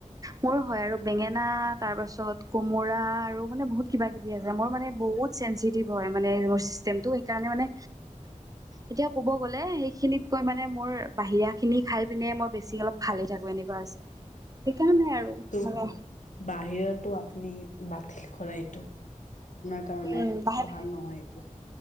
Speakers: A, on the right (about 25°); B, on the left (about 70°).
A: মোৰো হয় আৰু। বেঙেনা, তাৰ পাছত কোমোৰা, আৰু মানে বহুত কিবা-কিবি আছে। মই মানে ব বহুত ছেনছিটিভ হয়, মানে মোৰ ছিষ্টেমটো। সেইকাৰণে মানে এতিয়া কব গ'লে, সেইখিনিতকৈ মানে মোৰ বাহিৰাখিনি খাইপিনে, মই বেছি অলপ ভালে থাকোঁ এনেকুৱা হৈছে। সেইকাৰণে আৰু
B: টোক
A: মানে
B: বাহিৰৰটো আপুনি বাতিল কৰা এইটো। আপোনাৰ কাৰণে
A: উম লাহে
B: ভাল
A: লাহে
B: নহয় এইটো।